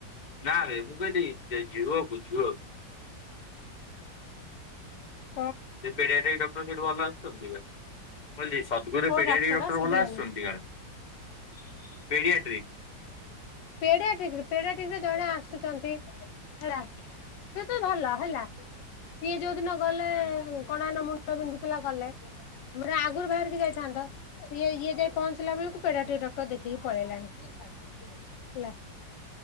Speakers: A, on the left; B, on the left.
A: ନା ରେ ମୁଁ କଇଲି ଯିଏ ଝୁଅକୁ ଝୁଅକୁ।
B: ହ
A: ସେ ପେଡିଆଟ୍ରିକ ଡକ୍ଟର ସେଠି ଭଲ ଆସୁଛନ୍ତି କା ମୁଁ କହିଲି ସ ମୁଁ କହିଲି
B: କୋଉ
A: ପେଡ଼ିଆଟ୍ରିକ
B: ଡାକ୍ତର
A: ଡକ୍ଟର
B: ଶୁଭିଲାନି
A: ଭଲ ଆସୁଛନ୍ତି କୁଆଡେ଼, ପେଡ଼ିଆଟ୍ରିକ?
B: ପେଡିଆଟ୍ରିକ ରୁ ପେଡ଼ିଆଟ୍ରିକରୁ ଜଣେ ଆସୁଛନ୍ତି ହେଲା। ସେ ତ ଭଲ ହେଲା। ସିଏ ଯୋଉ ଦିନ ଗଲେ
A: ହଁ।
B: କଣ ଏଇନା ମୁଣ୍ଡ ବିନ୍ଧୁଥିଲା ଗଲେ, <inaudible> ଆଗୁରୁ ବାହାରିକି ଯାଇଥାନ୍ତ। ସିଏ ଇଏ ଯାଇ ପହଞ୍ଚିଲା ବେଳକୁ ପେଡିଆଟ୍ରିକ ଡକ୍ଟର ଦେଖେଇକି ପଳେଇଲାଣି ହେଲା। <inaudible>